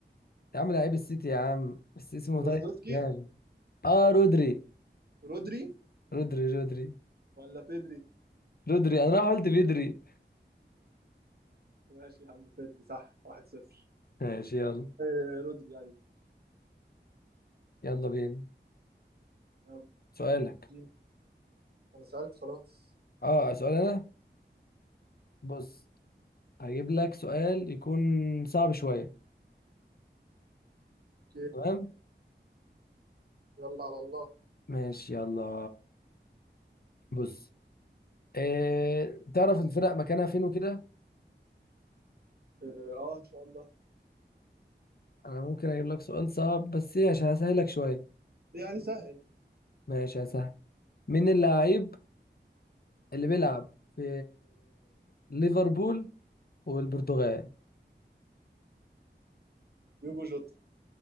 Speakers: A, on the left; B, on the right.
A: يا عم لعيب السيتي يا عم بس اسمه
B: ليفاندوسكي
A: طيب يعني آه رودري
B: رودري
A: رودري رودري
B: ولا بيدري
A: رودري أنا راح قلت بدري
B: ماشي يا عم بيدري صح 1-0
A: ماشي يلا
B: آه، رودري أيوه
A: يلا بينا
B: يلا
A: سؤالك
B: جيم أنا سألت خلاص
A: آه سؤال أنا بص هجيب لك سؤال يكون صعب شوية
B: أوكي
A: تمام
B: يلا على الله
A: ماشي يلا بص إيه تعرف الفرق مكانها فين وكده
B: اه آه، ان شاء الله
A: انا ممكن اجيب لك سؤال صعب بس ايه عشان هسهلك شوية
B: يعني سهل
A: ماشي هسهل مين اللاعب اللي بيلعب في ليفربول والبرتغال
B: يوجو جوتا